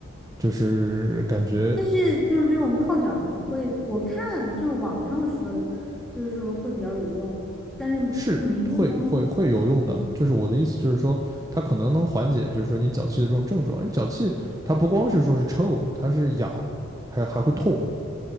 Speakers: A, on the right (about 15°); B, in the centre.
A: 就是感觉
B: 但是就是这种泡脚不会，我看就是网上说的，就是说会比较有用，但是会没用吗？
A: 是会会会有用的。
B: 嗯
A: 就是我的意思就是说，它可能能缓解，就是说你脚气的这种症状。因为脚气它不光是说是臭，它是痒，还还会痛。